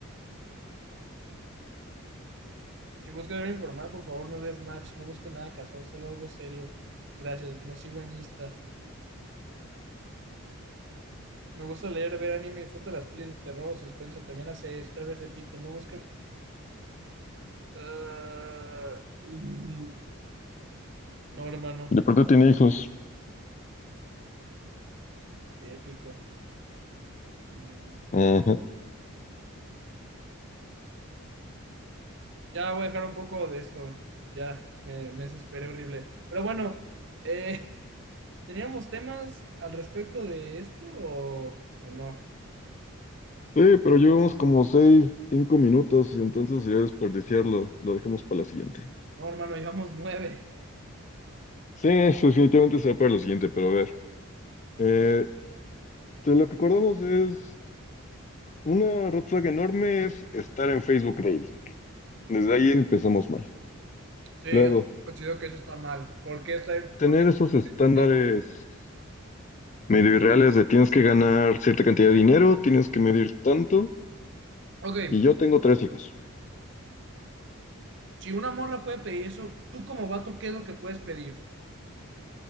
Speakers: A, on the right (about 55°); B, on the left (about 35°).
A: Si buscas algo informal, por favor, no des match. No busco nada casual, solo algo serio. Gracias, no sigo en Insta. Me gusta leer, ver anime, disfruto las pelis de terror o suspenso. También las series, otra vez repito, no busquen. Ah, <laughs> No, hermano,
B: De pronto tiene hijos.
A: épico. Mm.
B: Ajá.
A: Ya voy a dejar un poco de esto. Ya, me, me desesperé horrible. Pero bueno, eh, <laughs> ¿teníamos temas al respecto de esto o, o no?
B: Sí, pero llevamos como seis, cinco minutos, y entonces sería desperdiciarlo. Lo dejamos para la siguiente.
A: No, hermano, llevamos nueve.
B: Sí, eso definitivamente será para la siguiente, pero a ver. Eh, de lo que acordamos es una red flag enorme es estar en Facebook Dating. Desde ahí empezamos mal.
A: Sí,
B: Luego,
A: yo considero que eso está mal. ¿Por qué está,
B: tener
A: por qué está-
B: esos estándares
A: de-
B: medio irreales de tienes que ganar cierta cantidad de dinero, tienes que medir tanto,
A: Ok,
B: y yo tengo tres hijos.
A: si una morra puede pedir eso, tú como vato, ¿qué es lo que puedes pedir?